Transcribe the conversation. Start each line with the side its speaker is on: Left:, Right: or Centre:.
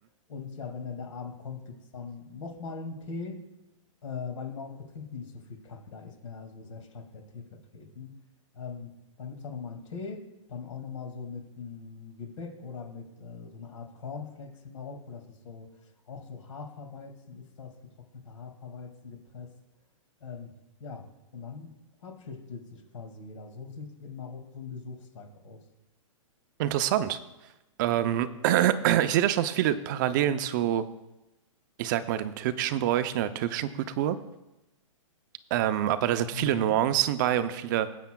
Left: Und ja, wenn dann der Abend kommt, gibt es dann nochmal einen Tee äh, weil in Marokko trinken die nicht so viel Kaffee, da ist mehr so sehr stark der Tee vertreten. Ähm, dann gibt es da nochmal einen Tee, dann auch nochmal so mit einem Gebäck oder mit äh, so einer Art Cornflakes in Marokko. Das ist so, auch so Haferweizen ist das, getrockneter Haferweizen gepresst. Ähm, ja, und dann verabschiedet sich quasi jeder. So sieht in Marokko so ein Besuchstag aus.
Right: Interessant. Ähm, <clears throat> ich sehe da schon so viele Parallelen zu, ich sag mal, dem türkischen Bräuchen oder türkischen Kultur. Ähm, aber da sind viele
Left: Mhm.
Right: Nuancen bei und viele,